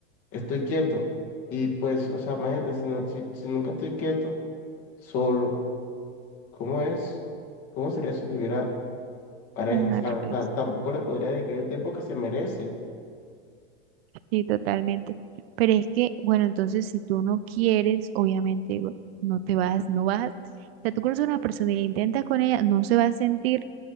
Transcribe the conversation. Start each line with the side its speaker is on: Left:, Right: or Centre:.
Left: estoy quieto. Y pues, o sea, imagínate, si, no, si, si nunca estoy quieto, solo, ¿cómo es? ¿Cómo sería si tuviera pareja,
Right: una
Left: sabes?
Right: relación.
Left: O sea, tampoco le podría dedicar el tiempo que se merece.
Right: Sí, totalmente. Pero es que, bueno, entonces si tú no quieres, obviamente bu- no te vas, no vas. O sea, tú conoces a una persona y la intentas con ella, no se va a sentir